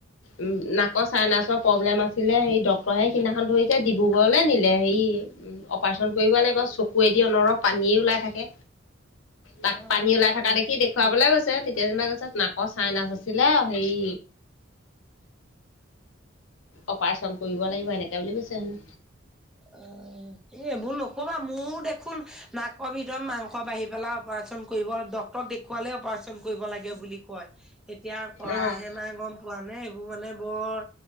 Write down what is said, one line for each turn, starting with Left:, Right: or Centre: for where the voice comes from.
Left: উম নাকৰ চাইনাচৰ প্ৰব্লেম আছিলে সেই ডক্তৰে সিদিনাখন ধৰিছে ডিব্ৰুগড়লৈ নিলে হেৰি। উম অপাৰেচন কৰিব লাগিব চকুৱেদি অনৰহ পানী ওলাই থাকে। তাক
Centre: অ
Left: পানী ওলাই থকা
Centre: অ
Left: দেখি দেখুৱাবলৈ গৈছ। চে তেতিয়া যেনিবা কৈছে নাকৰ চাইনাচ আছিলে হেৰি। অপাৰেচন কৰিব লাগিব এনেকে বুলি কৈছে হেনো।
Centre: অ এইবোৰ নকবা মোৰ দেখোন নাকৰ ভিতৰত মাংস বাঢ়ি পেলাই। অপাৰেচন কৰিব ডক্তৰক দেখুৱালে অপাৰেচন কৰিব লাগে বুলি কয়। এতিয়া কৰাহে
Left: অ',
Centre: নাই গম পোৱা নে। এইটো মানে বৰ